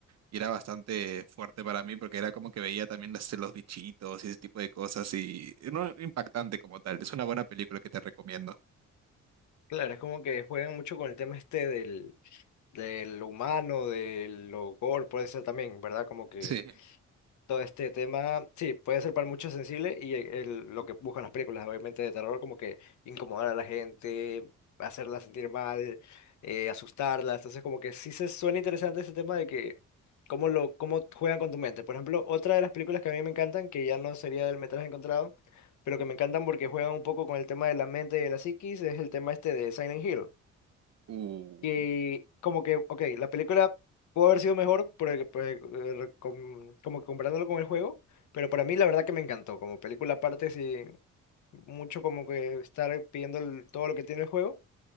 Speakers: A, on the right (about 60°); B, on the left (about 70°).
A: Y era bastante fuerte para mí porque era como que veía también las- los bichitos y ese tipo de cosas y no impactante como tal. Es una buena película que te recomiendo. <laughs>
B: Claro, es como que juegan mucho con el tema este del, del humano, de lo gore, puede ser también, ¿verdad? Como que
A: Sí.
B: todo este tema, sí, puede ser para muchos sensible y el- el- lo que buscan las películas, obviamente, de terror, como que incomodar a la gente, hacerla sentir mal, eh, asustarla. Entonces, como que sí se suena interesante ese tema de que cómo lo, cómo juegan con tu mente. Por ejemplo, otra de las películas que a mí me encantan, que ya no sería del metraje encontrado, pero que me encantan porque juegan un poco con el tema de la mente y de la psiquis, es el tema este de Silent Hill
A: Uh,
B: que como que, ok, la película pudo haber sido mejor por el- por el- eh, com- como que comparándolo con el juego, pero para mí la verdad que me encantó, como película aparte, sí, mucho como que estar pidiendo el- todo lo que tiene el juego,